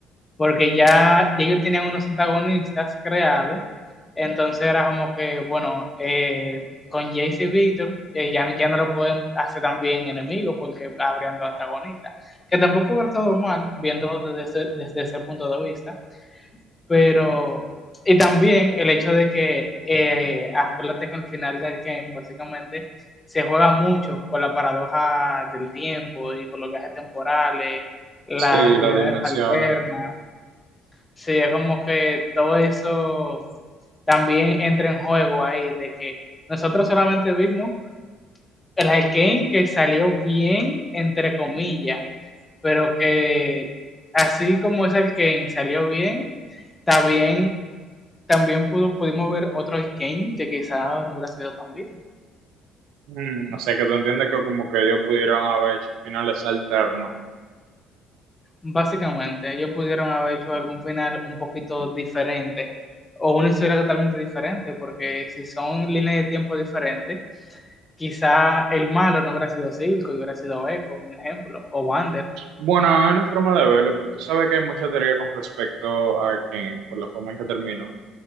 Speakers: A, on the left; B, on the right.
A: porque ya, ya ellos tenían unos antagonistas creados, entonces era como que, bueno, eh, con Jace y Victor eh, ya, ya no lo pueden hacer tan bien enemigo porque habrían dos antagonistas, que tampoco hubiera estado mal viéndolo desde, desde ese punto de vista, pero, y también el hecho de que, eh, acuérdate que al final del game, básicamente, se juega mucho con la paradoja del tiempo y con los viajes temporales, las
B: Sí,
A: realidades
B: las dimensiones.
A: alternas, sería como que todo eso también entra en juego ahí, de que nosotros solamente vimos el Arkane que salió bien, entre comillas, pero que así como ese Arkane salió bien, también, también pudo, pudimos ver otro Arkane que quizás no hubiera salido tan bien.
B: Mm, o sea que tú entiendes que como que ellos pudieron haber hecho finales alternos
A: Básicamente, ellos pudieron haber hecho algún final un poquito diferente o una historia totalmente diferente, porque si son líneas de tiempo diferentes, quizá el malo no hubiera sido Silco y hubiera sido Echo, un ejemplo, o Wander.
B: Bueno, es una forma de verlo, pero tú sabes que hay mucha teoría con respecto a Arcane, por la forma en que terminó.